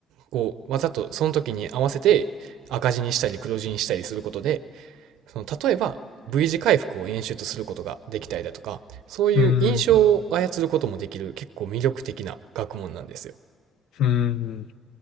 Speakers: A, on the right (about 85°); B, on the left (about 75°).
A: こうわざとその時に合わせて赤字にしたり黒字にしたりすることで、その例えば V 字回復を演出することができたりだとか、そういう印象を操ることもできる結構魅力的な学問なんですよ。
B: うん、うん。